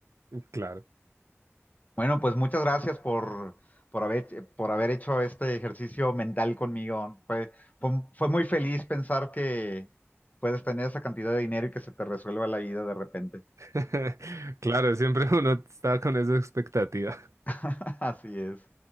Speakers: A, on the right; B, on the left.
A: Claro.
B: Bueno, pues muchas gracias por, por haber, eh, por haber hecho este ejercicio mental conmigo. Fue, fue, fue muy feliz pensar que puedes tener esa cantidad de dinero y que se te resuelva la vida de repente.
A: <laughs> Claro, siempre uno está con esa expectativa.
B: <laughs> Así es.